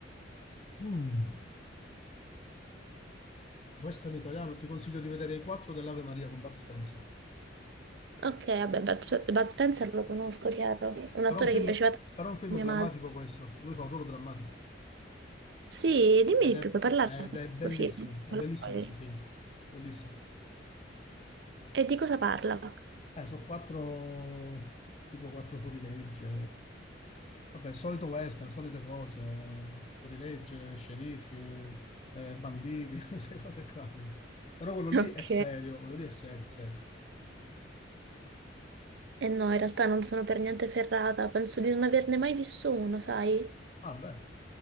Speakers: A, on the left; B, on the right.
A: mm, western italiano, ti consiglio di vedere i quattro dell'Ave Maria con Bud Spencer.
B: ok, vabbè, Bud Bud Spencer lo conosco, chiaro. Un attore
A: Però è un film,
B: che piaceva tanto
A: però è un film
B: a mia
A: drammatico
B: madre.
A: questo, lui fa un ruolo drammatico
B: Sì, dimmi
A: ed è,
B: di più, puoi parlarne
A: ed
B: di
A: è
B: questo
A: bellissimo,
B: film, anche se
A: è
B: me
A: bellissimo
B: lo spoileri.
A: questo film, bellissimo.
B: E di cosa parla?
A: Eh, sono quattro, tipo quattro fuorilegge, vabbè, solito western, solite cose, fuorilegge, sceriffi, eh, banditi, <laughs> queste cose qua. Però quello lì
B: Ok.
A: è serio, quello lì è serio, serio.
B: E no, in realtà non sono per niente ferrata, penso di non averne mai visto uno, sai?
A: Ah, beh.